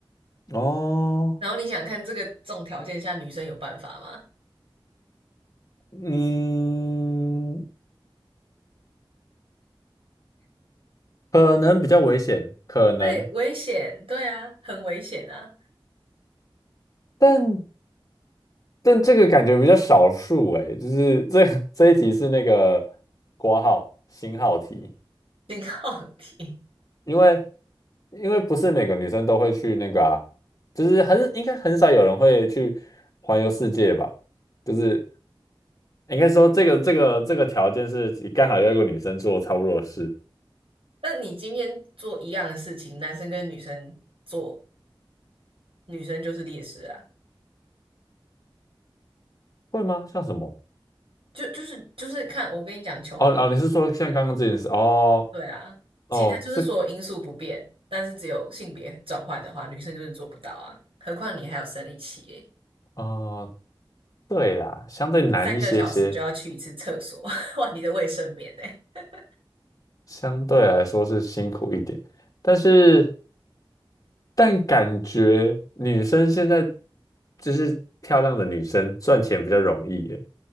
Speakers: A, on the left; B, on the right.
A: 哦，
B: 然后你想看这个这种条件下，女生有办法吗？
A: 嗯，可能比较危险，可能，
B: 对，危险，对啊，很危险啊，
A: 但但这个感觉比较少数诶，就是这 <laughs> 这一题是那个括号星号题，
B: 挺好题。
A: 因为因为不是每个女生都会去那个啊，就是很应该很少有人会去环游世界吧，就是应该说这个这个这个条件是刚好要一个女生做差不多的事，
B: <laughs> 那你今天做一样的事情，男生跟女生做，女生就是劣势啊，
A: 会吗？像什么？
B: 就就是就是看我跟你讲，穷游
A: 哦哦，你是说像刚刚这件事？
B: 啊，
A: 哦
B: 对啊，
A: 哦，
B: 其他就是说因素不变，
A: 这个
B: 但是只有性别转换的话，女生就是做不到啊。何况你还有生理期耶，
A: 哦，对啦，相对难一些些，
B: 你你三个小时就要去一次厕所，<laughs> 换你的卫生棉呢。<laughs>
A: 相对来说是辛苦一点。但是但感觉女生现在就是漂亮的女生赚钱比较容易耶。